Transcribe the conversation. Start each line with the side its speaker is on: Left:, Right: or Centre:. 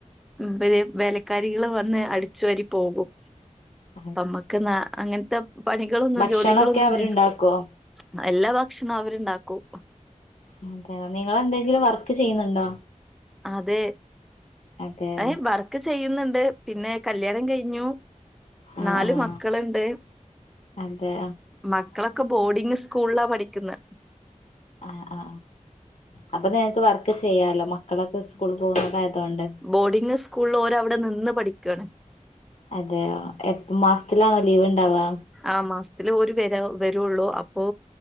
Centre: ഇവര് വേലക്കാരികൾ വന്ന് അട് ച്ചുവരി പോകും
Left: <inaudible>
Centre: അമ്മക്ക് ന്നാ അങ്ങനത്തെ പണികളൊന്നും
Left: ഭക്ഷണൊക്കെ
Centre: ജോലികളൊന്നും
Left: അവരുണ്ടാക്കുവോ
Centre: ചെയ്യണ്ടാ എല്ലാ ഭക്ഷണം അവര്ണ്ടാക്കും
Left: അതെയൊ നിങ്ങളെന്തെങ്കിലും വർക്ക് ചെയ്യുന്നുണ്ടോ?
Centre: അതെ
Left: അതെ
Centre: അയ് ബർ ഒക്കെ ചെയ്യുന്നുണ്ട് പിന്നെ കല്യാണം കഴിഞ്ഞു
Left: ആ
Centre: ന്നാല്
Left: ആ
Centre: മക്കള്ണ്ട്.
Left: അതെ
Centre: മക്കളൊക്കെ ബോർഡിങ് സ്കൂളിലാ പഠിക്കുന്നത്
Left: ആ ആ അപ്പൊ നിനക്ക് വർക്ക് ചെയ്യാലോ മക്കളൊക്കെ സ്കൂള് പോകുന്നതായതൊണ്ട്
Centre: ബോഡിങ് സ്കൂൾല് ഓര് അവ്ടെ നിന്ന് പഠിക്കേണ്..
Left: അതെയ എപ്പ മാസത്തിലാണോ ലീവ് ഇണ്ടാവാ
Centre: ആ മാസത്തില് ഒരു വര വരുള്ളൂ അപ്പൊ